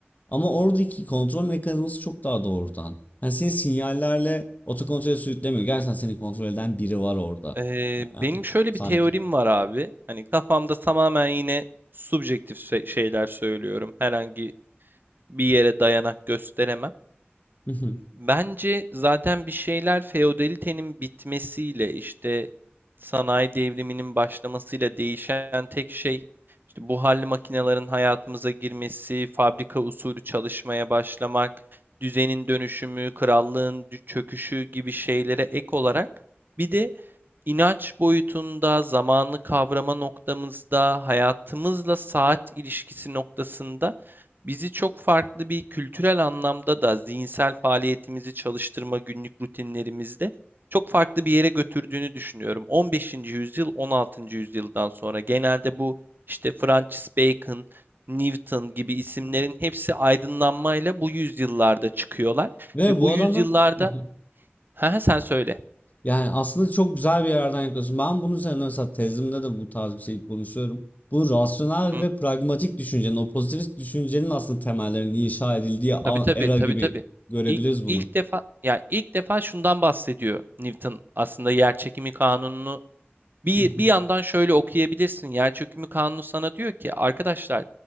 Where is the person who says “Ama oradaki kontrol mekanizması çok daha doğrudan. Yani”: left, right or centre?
Left